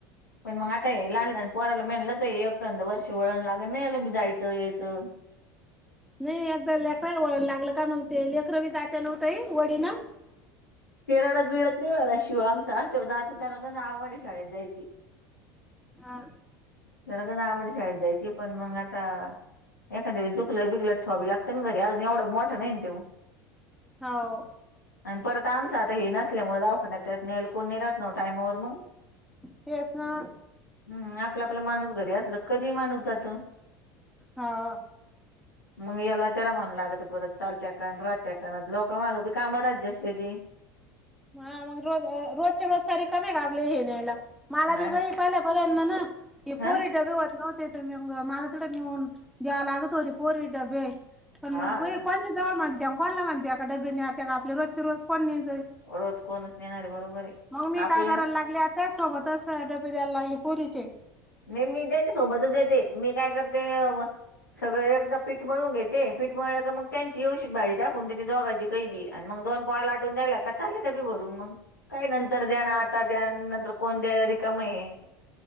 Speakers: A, on the left; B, in the centre.
A: पण मग आता हे लहान पोराला मेणलत एकंद वर्ष वळण लाग नाही याला जायचं यायचं.
B: नाही एकदा लेकराला वला लागलं का मग ते लेकरं बी जाते नव्हतंही वडीनं.
A: केरळात भिडत नाही वाला शिव आमचा तेव जातो त्याला क आवड ये शाळेत जायची.
B: हा.
A: त्याला गन आवड ये शाळेत जायची पण मग आता एखा दुखलं बिकगलं ठवावी लागत ना घरीज एवढं मोठं नाही ना त्यो.
B: हाव.
A: आणि परत आमचं आता हे नसल्यामुळे दावख त्यात नेल कोणणी राहत ना टाईमवर मग.
B: ते च ना.
A: हम्म आपलं आपला माणूस घरी असल कधी माणूस जात.
B: हा.
A: मग याला त्याला म्हणं लागत परत चालत्या काण राहत्या कारणात लोक मागी काम राहत जास्तीची.
B: हा मग रोज रोजच्या रोज कार्य कमी का आपल हे न्यायला. मला
A: हा
B: बी
A: ना
B: बाई पहिल्या पर्यंतना ना की पोरी
A: ह
B: डबे होत नव्हते म मला तडं नेऊन द्याव लागत होती पोरी डबे पण
A: हा
B: मग को जवळ माणते कोणाला माणते एका डब नाही आता का आपल्या रोजचे रोज कोण नेयत जाईन.
A: रोज कोणच नेणार बरोबर आहे.
B: मग मी
A: आपल्याला
B: काय करायला लागले त्याच सोबतच डबे द्यायला लागली पुरीचे.
A: मी मी त्यांच्या सोबतच येते. मी काय करते सगळं एकदा पीठ मळून घेते पीठ मळलं का मग त्यांची यवशिक भाजी टाकून तेते दोघाची कै बी आणि मग दोन पॉया लाटून द्यायला का चाले डबे भरून म. काही नंतर द्यान आता द्यान नंतर कोण द्यायला रिकाम आहे.